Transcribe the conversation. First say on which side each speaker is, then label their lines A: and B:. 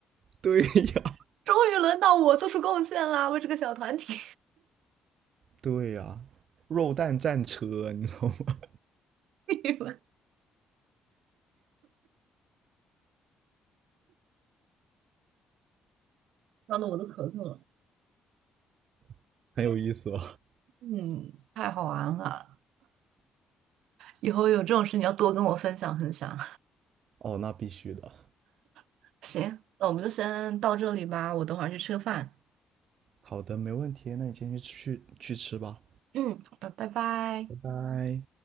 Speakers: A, on the right; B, on the right.
A: <laughs> 对呀
B: <laughs> 终于轮到我做出贡献啦，为这个小团体。
A: 对呀，肉蛋战车，你知道吗？
B: <laughs> 你们伤的我都咳嗽了。
A: <laughs> 很有意思吧？
B: 嗯，太好玩了！以后有这种事你要多跟我分享分享。
A: 哦，那必须的。
B: <laughs> 行，那我们就先到这里吧，我等会儿去吃个饭。
A: 好的，没问题，那你先去去去吃吧，
B: 嗯，好的，拜拜。
A: 拜拜。